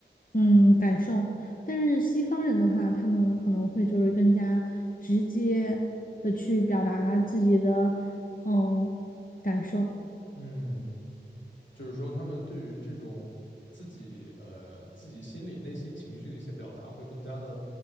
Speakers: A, on the left (about 50°); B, on the left (about 85°).
A: 嗯感受。但是西方人的话，他们可能会就是更加直接的去表达自己的嗯感受。
B: 嗯。就是说他们对于这种自己呃自己心里内心情绪的一些表达会更加的